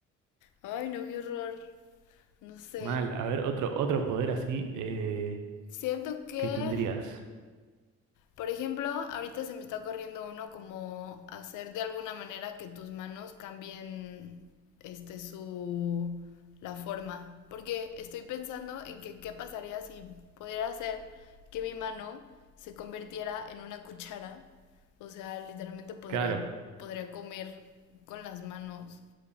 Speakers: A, on the left; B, on the right.
A: Ay, no, qué horror. No sé.
B: mal. A ver, otro, otro poder así eh,
A: Siento que,
B: que tendrías.
A: por ejemplo, ahorita se me está corriendo uno como hacer de alguna manera que tus manos cambien este su la forma, porque estoy pensando en que qué pasaría si pudiera hacer que mi mano se convirtiera en una cuchara, o sea, literalmente podría
B: Claro.
A: podría comer con las manos.